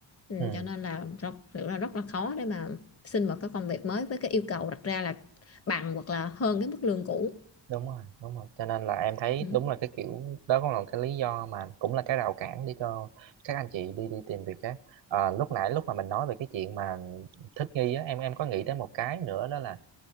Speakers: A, on the left; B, on the right.
A: ừ,
B: ừ
A: cho nên là rất là rất là khó để mà xin một cái công việc mới với cái yêu cầu đặt ra là bằng hoặc là hơn cái mức lương cũ
B: đúng rồi đúng rồi cho nên là em thấy
A: ừ.
B: đúng là cái kiểu đó cũng là một cái lý do mà cũng là cái rào cản để cho các anh chị đi đi tìm việc khác à, lúc nãy lúc mà mình nói về cái chuyện mà thích nghi á em em có nghĩ tới một cái nữa đó là